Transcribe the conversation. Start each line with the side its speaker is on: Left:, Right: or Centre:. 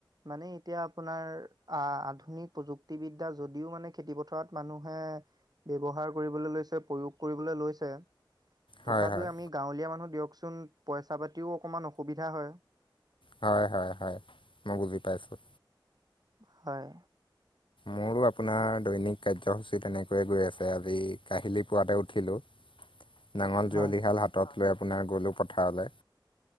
Right: মানে এতিয়া আপোনাৰ আ-আধুনিক প্ৰযুক্তিবিদ্যা যদিও মানে খেতি পথাৰত মানুহে ব্যৱহাৰ কৰিবলৈ লৈছে, প্ৰয়োগ কৰিবলৈ লৈছে, তথাপি
Left: হয় হয়
Right: আমি গাঁৱলীয়া মানুহ দিয়কচোন পইচা-পাতিও অকণমান অসুবিধা হয়।
Left: হয়, হয়, হয়। মই বুজি পাইছোঁ।
Right: হয়।
Left: মোৰো আপোনাৰ দৈনিক কাৰ্যসূচী তেনেকৈয়ে গৈ আছে আজি কাহিলী পুৱাতে উঠিলোঁ।
Right: <inaudible>
Left: নাঙল
Right: হয়,
Left: যুৱলিহাল হাতত লৈ আপোনাৰ গ'লোঁ পথাৰলে।